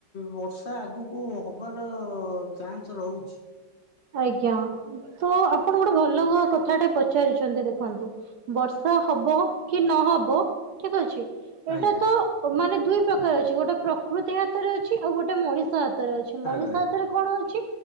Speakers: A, on the left (about 40°); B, on the right (about 60°).
A: ବର୍ଷ ତା ଆଗକୁ ହେବାର ଚାନ୍ସ ରହୁଛି।
B: ଆଜ୍ଞା। ତ ଆପଣ ଗୋଟେ ଭଲ କଥାଟା ପଚାରିଛନ୍ତି ଦେଖନ୍ତୁ। ବର୍ଷା ହବ କି ନହବ ଠିକ ଅଛି ଏଇଟା
A: ଆଜ୍ଞା
B: ତ ଅ ମାନେ ଦୁଇ ପ୍ରକାର ଅଛି ଗୋଟେ ପ୍ରକୃତି ହାତରେ ଅଛି ଆଉ ଗୋଟେ ମଣିଷ ହାତରେ ଅଛି। ମଣିଷ
A: ଆଜ୍ଞା
B: ରେ କଣ ଅଛି